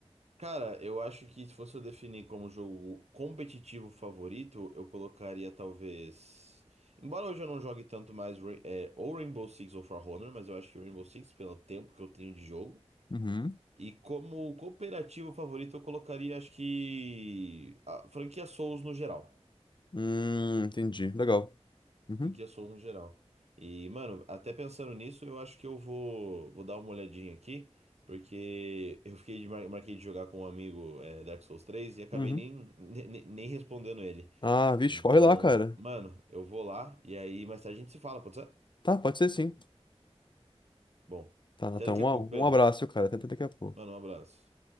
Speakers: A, on the right; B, on the left.
A: Cara, eu acho que se fosse eu definir como jogo competitivo favorito, eu colocaria talvez. Embora hoje eu não jogue tanto mais Ra- é, ou Rainbow Six ou For Honor, mas eu acho que o Rainbow Six, pelo tempo que eu tenho de jogo.
B: Uhum.
A: E como cooperativo favorito, eu colocaria, acho que. A franquia Souls no geral.
B: Hum, entendi. Legal. Uhum,
A: do que Souls no geral. E, mano, até pensando nisso, eu acho que eu vou, vou dar uma olhadinha aqui, porque eu fiquei de, mar- marquei de jogar com um amigo é, Dark Souls três e acabei
B: uhum.
A: nem, ne- nem, respondendo ele.
B: Ah, vixe,
A: Então,
B: corre lá, cara.
A: mano, eu vou lá e aí mais tarde a gente se fala, pode ser?
B: Tá, pode ser sim.
A: Bom,
B: Tá,
A: até
B: então,
A: daqui
B: um,
A: a pouco, Pedro.
B: um abraço, cara. Até até daqui a pouco.
A: Mano, um abraço.